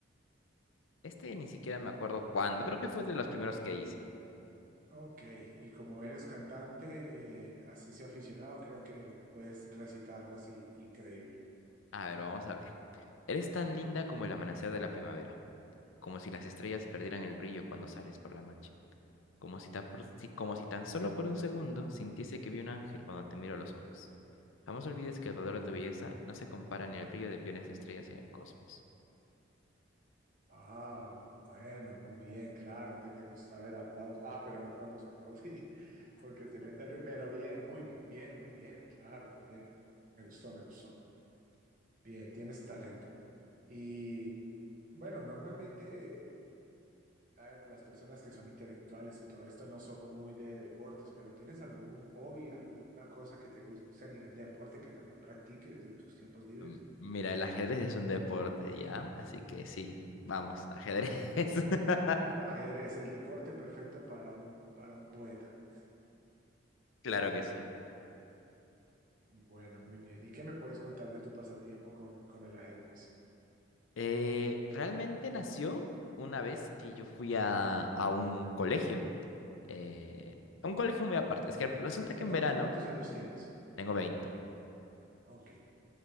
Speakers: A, on the left; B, on the right.
A: Este ni siquiera me acuerdo cuándo, creo que fue de los primeros que hice.
B: Ok, y como eres cantante, eh, así sea aficionado, creo que puedes recitarlo así, increíble.
A: A ver, vamos a ver. Eres tan linda como el amanecer de la primavera, como si las estrellas perdieran el brillo cuando sales por la noche, como si, ta- por- si- como si tan solo por un segundo sintiese que vi un ángel cuando te miro a los ojos. Jamás olvides que el valor de tu belleza no se compara ni al brillo de billones de estrellas en el cosmos.
B: Wow, bueno, muy bien, claro que te gusta ver aplausos. Ah, pero no podemos aplaudir <laughs> porque te mete el ruido, pero bien, muy bien, muy bien, claro, bien. Me gustó, me gustó. Bien, tienes talento. Y bueno, normalmente. A ver, las personas que son intelectuales y todo esto no son muy de deportes, pero ¿tienes algún hobby, alguna cosa que te guste a nivel de deporte que también practiques en tus tiempos libres?
A: Mm, Mira, el ajedrez es un deporte, ¿ya? Así que sí, vamos, ajedrez.
B: Ah,
A: <laughs>
B: u- ajedrez, el deporte perfecto para un, para un poeta.
A: Claro que sí.
B: Bueno, muy bien. ¿Y qué me puedes contar de tu pasatiempo con, con el ajedrez?
A: Eh, realmente nació una vez que yo fui a, a un colegio, eh, a un colegio muy aparte. Es que resulta que
B: Perdón,
A: en verano
B: ¿tú cuántos años tienes?
A: tengo 20.
B: Ok,